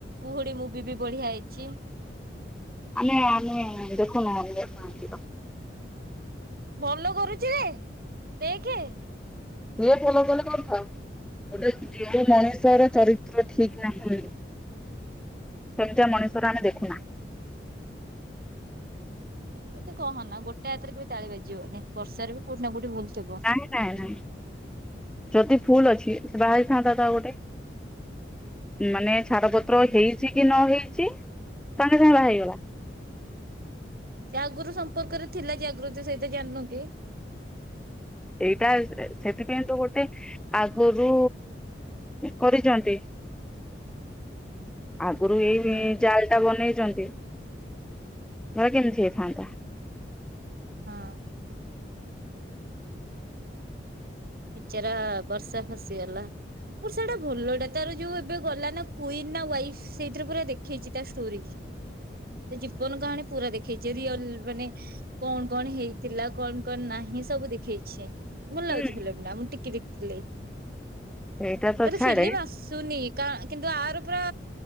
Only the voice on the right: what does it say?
କୁହୁଡି ମୁଭି ବି। ବଢିଆ ହେଇଛି
ଭଲ କରୁଛି ରେ ଦେଖେ।
ଏମିତି କହନା ନା ଗୋଟେ ହାତରେ କେବେ ତାଳି ବାଜିବନି ବର୍ଷାର ବି କୋଉଠି ନା କୋଉଠି ଭୁଲ। ଥିବ।
ସେ ଆଗରୁ ସମ୍ପର୍କରେ ଥିଲା ଜାଗୃତି ସହିତ ଜାଣିଲୁ କି।
ହଁ
ହଁ। ବିଚରା ବର୍ଷା ଫସିଗଲା ବର୍ଷାଟା ଭଲଟା ତାର ଯୋଉ ଏବେ ଗଲା ନା କୁଇନ ନା ୱାଇଫ ସେଇଥିରେ ପୁରା ଦେଖେଇଛି ତା ଷ୍ଟୋରି ଜୀବନ କାହାଣୀ ପୁରା ଦେଖେଇଛି ରିଅଲ ମାନେ କଣ କଣ ହେଇଥିଲା କଣ କଣ ନାହିଁ ସବୁ ଦେଖେଇଛି। ଭଲ ଲାଗୁଛି।
<inaudible> ମୁଁ ଟିକେ ଦେଖିଥିଲି।
ତାର
ଫିଲିମ୍ ଆସୁନି କା କିନ୍ତୁ ଆର। ପୁରା